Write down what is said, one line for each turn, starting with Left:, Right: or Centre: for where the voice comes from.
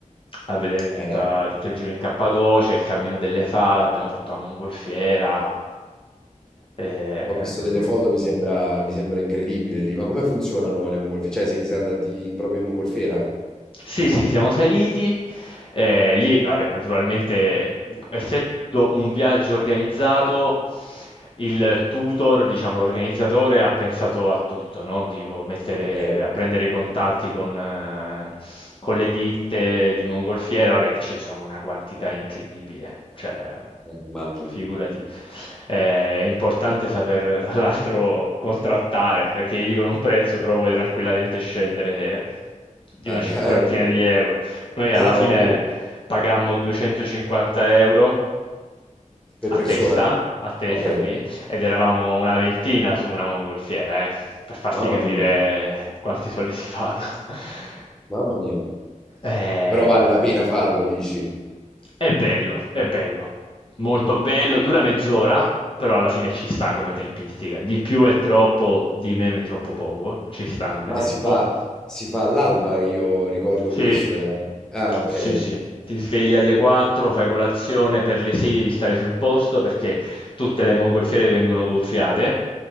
Left: a vedere tutta
Centre: Eh,
Left: tutto il giro in Cappadocia, il Cammino delle Fave, abbiamo fatto la mongolfiera. Ehm
Centre: ho visto delle foto, mi sembra, mi sembra incredibile lì. Ma come funzionano le mongolfiere? Cioè, siete siete andati in- proprio in mongolfiera?
Left: Sì, sì, siamo saliti. eh, lì, vabbè, naturalmente, essendo un viaggio organizzato, il tutor, diciamo, l'organizzatore ha pensato a tutto, no? Tipo mettere,
Centre: Ok, eh,
Left: prendere contatti con, eh, con le ditte di mongolfiere. Vabbè, lì ci sono una quantità incredibile. Cioè,
Centre: immagino.
Left: Figurati. Eh, È importante saper, tra l'altro, contrattare, perché gli dicono un prezzo, però puoi tranquillamente scendere di
Centre: Eh,
Left: una
Centre: <laughs>
Left: cinquantina
Centre: ecco.
Left: di euro. Noi alla
Centre: Ah,
Left: fine
Centre: ok.
Left: pagammo 250 euro
Centre: Per
Left: a
Centre: persona?
Left: testa, a testa,
Centre: Ok.
Left: sì, ed eravamo una ventina su una mongolfiera, eh, per farti
Centre: Mamma
Left: capire
Centre: mia,
Left: quanti soldi si fanno. <laughs>
Centre: mamma mia.
Left: Eh,
Centre: Però vale la pena farlo, dici?
Left: è bello, è bello, molto bello, dura mezz'ora, però alla fine ci sta come tempistica. Di più è troppo, di meno è troppo poco, ci sta come
Centre: Ma
Left: tempo.
Centre: si fa, si fa all'alba, io ricordo
Left: Sì,
Centre: questo era. Ah, ok.
Left: sì, sì. Ti svegli alle 4, fai colazione, per le 6 devi stare sul posto perché tutte le mongolfiere vengono gonfiate.